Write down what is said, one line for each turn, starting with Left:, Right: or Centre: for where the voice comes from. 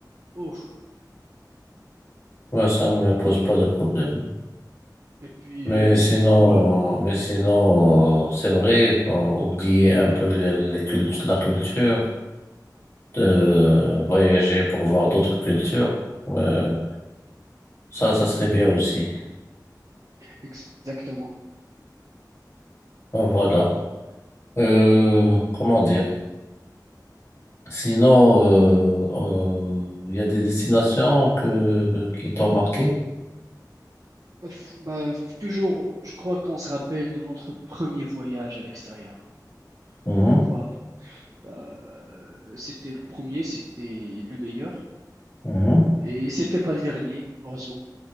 Right: Oh.
Left: Moi, ça me
Right: Et
Left: pose
Right: puis,
Left: pas de problème.
Right: et puis
Left: Mais
Right: euh, c'était
Left: sinon,
Right: quoi
Left: mais sinon, euh, c'est vrai, pour oublier un peu les, les cultu- la culture, de voyager pour voir d'autres cultures, euh, ça, ça serait bien aussi.
Right: exactement?
Left: Ben, Voilà. Euh, comment dire? Sinon, euh, euh, il y a des destinations que, qui t'ont marqué?
Right: Ouf, Bah, toujours, je crois qu'on se rappelle de notre premier voyage à l'extérieur.
Left: Mhm,
Right: Je crois. Bah, euh, c'était le premier, c'était le meilleur.
Left: mhm,
Right: Et c'était pas le dernier, heureusement,